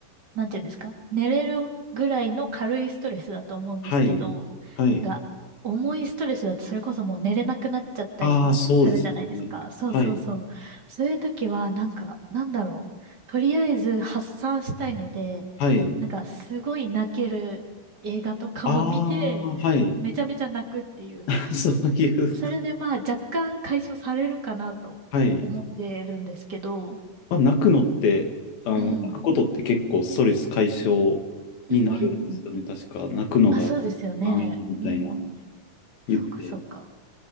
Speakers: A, on the right; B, on the left.
A: なんていうんですか寝れるぐらいの軽いストレスだと思うんですけど、
B: はい。はい。
A: が、重いストレスだとそれこそもう寝れなくなっちゃったりもするじゃないですか。
B: ああ、そうですよね。
A: そうそうそう。
B: はい。
A: そういう時は、なんか、なんだろう。とりあえず発散したいので、
B: はい。
A: なんかすごい泣ける映画とかを見て、
B: ああ、はい。
A: めちゃめちゃ泣くっていう。
B: <laughs> そういう、
A: それでまあ若干解消されるかなと思ってるんですけど、
B: はい。まあ、泣くのって、あの、
A: うん。
B: 泣くことって結構ストレス解消になるんですよね。
A: うんうんうん。
B: 確か、泣くのが一番いいみたいな
A: あ、そうですよね。うんうん。
B: 言って、
A: そうかそうか。